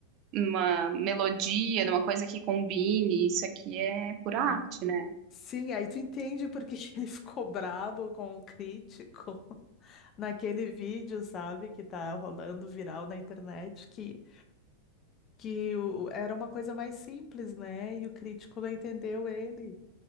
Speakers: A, on the right; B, on the left.
A: numa melodia, numa coisa que combine, isso aqui é pura
B: é.
A: arte, né?
B: Sim, aí tu entende porque <laughs> que ele ficou brabo com o crítico <laughs> naquele vídeo, sabe, que tá rolando viral na internet, que que o- era uma coisa mais simples, né? E o crítico não entendeu ele.